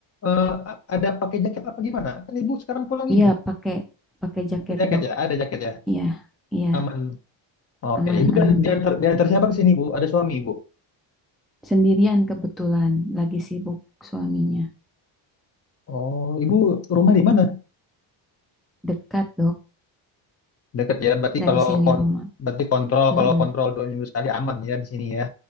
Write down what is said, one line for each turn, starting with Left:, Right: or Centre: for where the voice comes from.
Left: eh, a- ada pakai jaket apa gimana? Kan Ibu sekarang pulang
Centre: Iya,
Left: ini.
Centre: pakai pakai jaket,
Left: Pakai jaket
Centre: Dok.
Left: ya? Ada jaket ya?
Centre: Iya, iya,
Left: Aman. Oke,
Centre: aman,
Left: Ibu
Centre: aman,
Left: dan diantar,
Centre: Dok.
Left: diantar siapa ke sini, Bu? Ada suami, Ibu?
Centre: Sendirian kebetulan, lagi sibuk suaminya.
Left: Oh, ibu rumah di mana?
Centre: Dekat, Dok,
Left: Dekat ya, berarti
Centre: dari
Left: kalau
Centre: sini
Left: kon
Centre: rumah.
Left: berarti kontrol
Centre: Mm-mm.
Left: kalau kontrol dua minggu sekali aman ya di sini ya.